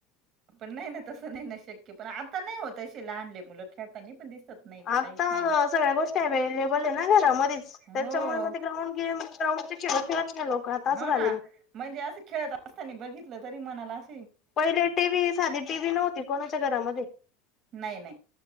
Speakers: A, on the right; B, on the left.
A: पण नाही नाही तसं नाही ना शक्य पण आता नाही होत अस लहानले मुलं खेळता नाही पण दिसत. नाही का
B: आता
A: काहीच नाही ना
B: सगळ्या गोष्टी अव्हेलेबल ना घरा मधच त्याच्यामुळे
A: हो
B: म ते ग्राउंड घे ग्राउंडचे खेळ खेळत नाही लोक आता असं
A: हो
B: झाले.
A: ना म्हणजे असं खेळत असता बघितलं तरी मणाला अस.
B: पहिले टीव्ही साधी टी व्ही नव्हती कोणाच्या घरामध्ये
A: नाही नाही